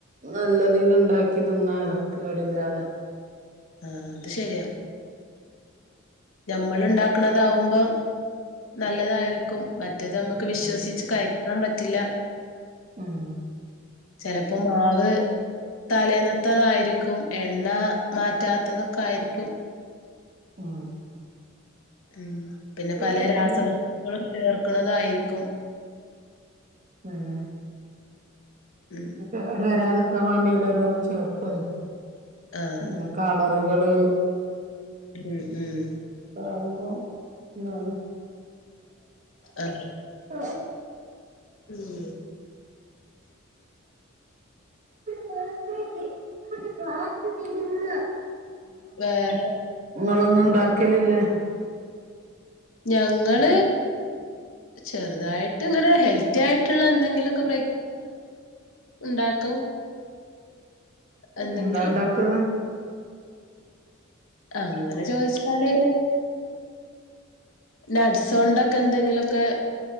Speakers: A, on the right; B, on the left.
A: നല്ലതിൽ ഉണ്ടാക്കി തിന്നാലോ കേടില്ലാതെ
B: ആഹ അത് ശരിയാ നമ്മൾ ഉണ്ടാക്ക്ണതാവുമ്പം നല്ലതായിരിക്കും മറ്റെത് നമ്മുക്ക് വിശ്വസിച്ച്
A: ഉം
B: ക തിന്നാൻ പറ്റില്ല
A: ഉം
B: ചിലപ്പോ മാവ്. തലേന്നാത്തതായിരിക്കും. എണ്ണ മാറ്റാത്തതൊക്കെ ആയിരിക്കും.
A: ആഹാ
B: ഉം പിന്നെ പല
A: വീട്ടില്
B: രാസവസ്തുക്കളും ചേർക്കുന്നതായിരിക്കും.
A: ആഹ്
B: ഉം
A: കേട് വരാതിരിക്കാൻ വേണ്ടി അവർ ഓരോന്ന് ചേർക്കൊലോ?
B: ആഹ്
A: പിന്നെ കളറുകള്.
B: ഉം ഉം
A: ആവുമ്പോം എന്നാണ്.
B: ആഹ്
A: ആഹ്
B: ഉം
A: <unintelligible>
B: വേറെ
A: നിങ്ങളൊന്നും ഉണ്ടാക്കിയലില്ല.
B: ഞങ്ങള്. ചെറുതായിട്ട് ഇങ്ങനെ ഹെൽത്തി ആയിട്ടുള്ള എന്തെങ്കിലുമൊക്കെ പ്ര ഉണ്ടാക്കും. എന്തെങ്കിലും
A: എന്താ ഇണ്ടാക്കല്ല്.
B: അങ്ങനെ ചോദിച്ചാല്. നട്ട്സോണ്ടൊക്കെ എന്തെങ്കിലുമൊക്കെ